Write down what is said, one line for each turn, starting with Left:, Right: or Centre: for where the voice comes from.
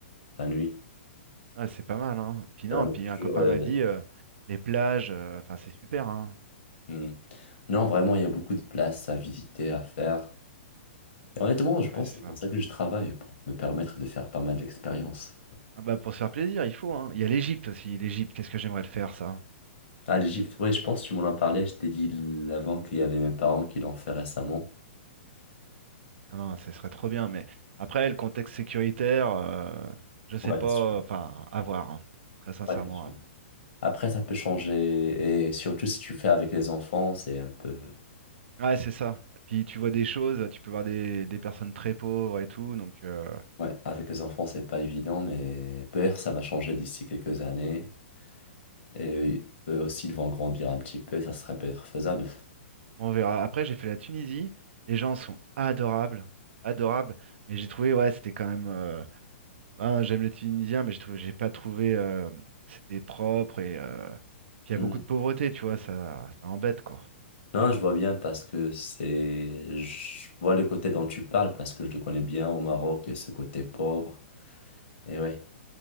Left: la nuit.
Right: Ah, c'est pas mal, hein. Puis
Left: Et
Right: non,
Left: La nourriture,
Right: puis un copain
Left: euh,
Right: m'a dit euh, les plages, euh, enfin, c'est super, hein.
Left: hmm. Non, vraiment, il y a beaucoup de places à visiter, à faire. Et honnêtement, je
Right: Ouais,
Left: pense
Right: c'est
Left: que c'est
Right: ça.
Left: pour ça que je travaille, pour me permettre de faire pas mal d'expériences.
Right: Ah bah pour se faire plaisir, il faut, hein. Il y a l'Égypte aussi. L'Égypte, qu'est-ce que j'aimerais le faire, ça?
Left: Ah, l'Égypte, oui, je pense que tu m'en as parlé, je t'ai dit l- avant qu'il y avait mes parents qui l'ont fait récemment.
Right: Ah non, ce serait trop bien, mais après, le contexte sécuritaire, euh, je sais
Left: Ouais,
Right: pas,
Left: c'est sûr.
Right: enfin, à voir, hein. Très sincèrement,
Left: Ouais, c'est sûr.
Right: à voir.
Left: Après, ça peut changer, et surtout si tu fais avec les enfants, c'est un peu...
Right: Ouais, c'est ça. Puis tu vois des choses, tu peux voir des, des personnes très pauvres et tout, donc. euh,
Left: Ouais, avec les enfants, c'est pas évident, mais peut-être ça va changer d'ici quelques années. Et eux aussi, ils vont grandir un petit peu, ça serait peut-être faisable.
Right: On verra. Après, j'ai fait la Tunisie. Les gens sont adorables, adorables. Mais j'ai trouvé, ouais, c'était quand même. euh, ben, j'aime les Tunisiens, mais j'ai trouvé, j'ai pas trouvé. euh, c'était propre et euh, puis il
Left: Mm.
Right: y a beaucoup de pauvreté, tu vois, ça, ça embête quoi.
Left: Non, je vois bien parce que c'est. Je vois le côté dont tu parles parce que je le connais bien au Maroc, il y a ce côté pauvre. Et ouais.